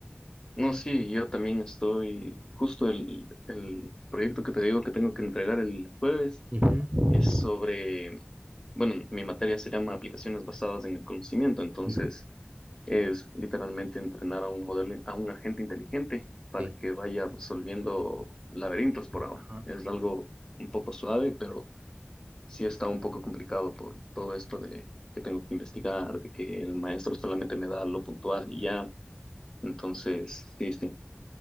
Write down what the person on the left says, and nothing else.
No, sí, yo también estoy, justo el, el proyecto que te digo que tengo que entregar el jueves
es sobre, bueno, mi materia se llama aplicaciones basadas en el conocimiento, entonces
es literalmente entrenar a un modelo, a un agente inteligente para
que vaya resolviendo laberintos por ahora.
Es algo un poco suave, pero sí está un poco complicado por todo esto de que tengo que investigar, de que el maestro solamente me da lo puntual y ya, entonces sí, sí.